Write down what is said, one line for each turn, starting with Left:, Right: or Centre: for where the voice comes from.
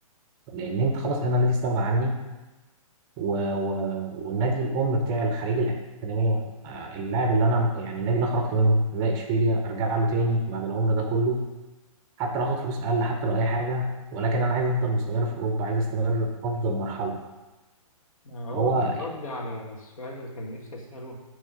Right: لان انت خلاص انا النادي استغنى عني و... و... والنادي الام بتاع الخليج الاكاديميه آه، اللاعب اللي انا يعني النادي اللي أنا خرجت منه زي اشبيليا ارجع له تاني بعد العمر ده كله حتى لو اخد فلوس اقل حتى لو اي حاجه ولكن انا عايز افضل مستمر في اوروبا عايز استمر في افضل مرحله
Left: ما هو
Right: هو
Left: ده
Right: يعني
Left: الرد على السؤال اللي كان نفسي أسأله